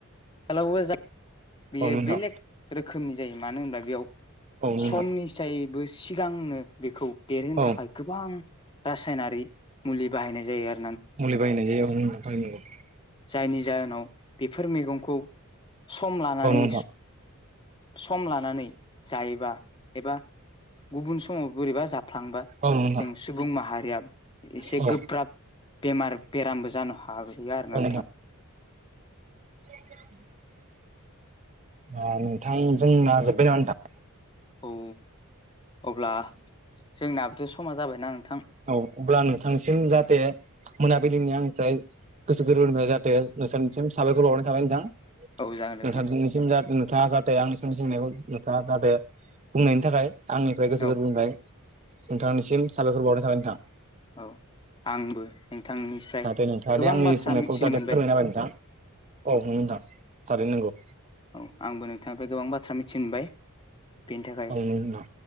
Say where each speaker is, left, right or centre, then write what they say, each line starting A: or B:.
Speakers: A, on the left (about 20°); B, on the right (about 30°).
A: खालावबो जा बेयो
B: औ नंगौ नोंथां
A: बेलेग रोखोमनि जायो मानो होनबा बेयाव
B: औ नंगौ
A: समनिसा
B: नोंथां
A: बो सिगांनो बेखौ देरहोनो
B: औ
A: थाखाय गोबां रासायनारि मुलि बाहायनाय जायो आरो।
B: मुलि बाहायनाय जायो <unintelligible>
A: जायनि जाहोनाव बेफोर मैगंखौ सम लानानै
B: नंगौ
A: सम लानानै जायोबा एबा गुबुन समाव बोरैबा जाब थांबा
B: औ नंगौ नोंथां
A: जों सुबुं माहारिया एसे
B: औ
A: गोब्राब बेमार बेरामबो जानो हाहैयो आरो
B: औ
A: ना
B: नंगौ औ
A: नोंथां <inaudible>
B: <inaudible> आ नोंथां जोंना जोब्बाय नामा नोंथां।
A: औ अब्ला जोंनाबोथ' समा जाबायना ओं।
B: औ अब्ला नोंथांनिसिम जाहाथे मोनाबिलिनि आंनिफ्राय गोसो गोरबोनिफ्राय जाहाथे नोंसानिसिम साबायखर बावहरनाय थाबाय नोंथां।
A: औ जागोन नोंथां
B: <unintelligible> थाङा जाहाथे आंनि सोंलु सोंनायखौ नोंथाङा जाहाथे बुंनायनि थाखाय आंनिफाय गोसो
A: औ
B: गोरबोफाय नोंथांनिसिम साबायखर बावनाय थाबाय नोंथां।
A: औ। आंबो नोंथांनिफ्राय
B: जाहाथे नोंथाङा
A: गोबां
B: दि आंनि
A: बाथ्रा
B: सोंनायखौ
A: मिथिनो
B: जाहाथे
A: मोनबाय।
B: फोरमायना होबाय नोंथां औ नोंगौ नोंथां थारैनो नोंगौ।
A: औ आंबो नोंथांनिफाय गोबां बाथ्रा मिथि मोनबाय। बेनि थाखाय
B: औ नंगौ नोंथां